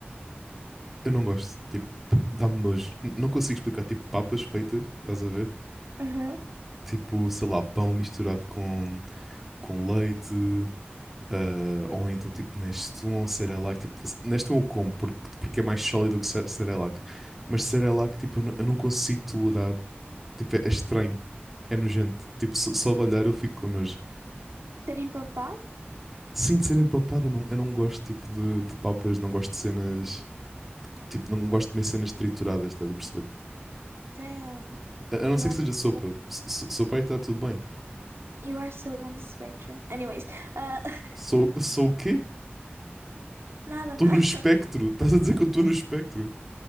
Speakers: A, in the centre; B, on the right (about 80°).
A: eu não gosto. Tipo, p- dá-me nojo. N- não consigo explicar, tipo, papas feitas, estás a ver?
B: Uhum.
A: Tipo, sei lá, pão misturado com, com leite, ah, ou então, tipo, Nestum ou Cerelac. Tipo, s- Nestum eu como, porque, porque é mais sólido que Ce- Cerelac. Mas Cerelac, tipo, eu não, eu não consigo tolerar. Tipo, é, é estranho, é nojento. Tipo, só, só de olhar eu fico com nojo.
B: Ser empapado?
A: Sim, de cena empapada, não, eu não gosto tipo de, de papas, não gosto de cenas. Tipo, não gosto de comer cenas trituradas, estás a perceber?
B: Damn.
A: A, a
B: You
A: não ser
B: are,
A: que seja sopa.
B: so,
A: S- s- Sopa aí está tudo bem.
B: you are so on the spectrum. Anyways, ah, <laughs>
A: Sou, sou o quê?
B: nada,
A: Estou
B: nada.
A: no espectro. Estás a dizer que eu estou no espectro?